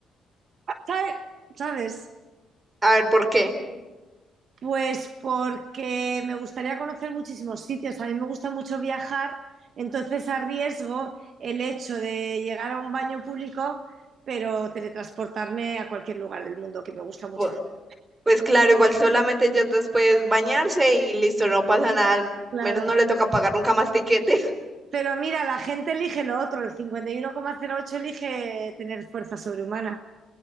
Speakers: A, on the right (about 55°); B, on the right (about 20°).
A: ¿Sabe- ¿Sabes?
B: A ver, ¿por qué?
A: Pues porque me gustaría conocer muchísimos sitios. A mí me gusta mucho viajar, entonces arriesgo el hecho de llegar a un baño público, pero teletransportarme a cualquier lugar del mundo, que me gusta mucho
B: Bueno,
A: viajar.
B: pues claro, igual solamente ellas dos puedes bañarse y listo, no pasa nada, al
A: Claro.
B: menos no le toca pagar nunca más tiquetes. <laughs>
A: Pero mira, la gente elige lo otro, el 51,08 elige tener fuerza sobrehumana.